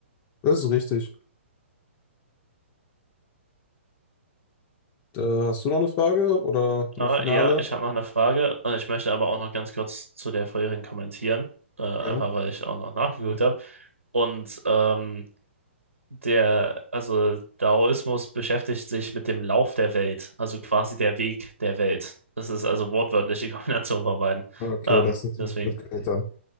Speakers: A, on the left (about 30°); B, on the right (about 80°).
A: Das ist richtig. Äh, hast du noch eine Frage oder eine
B: äh,
A: finale?
B: ja, ich habe noch eine Frage. Äh, Ich möchte aber auch noch ganz kurz zu der vorherigen kommentieren, äh, einfach
A: Ja.
B: weil ich auch noch nachgeguckt habe. Und ähm, der, also Daoismus beschäftigt sich mit dem Lauf der Welt, also quasi der Weg der Welt. Das ist also wortwörtlich die <laughs> Kombination von beiden.
A: Okay,
B: Ähm,
A: das ist
B: deswegen.
A: natürlich blöd gewählt dann.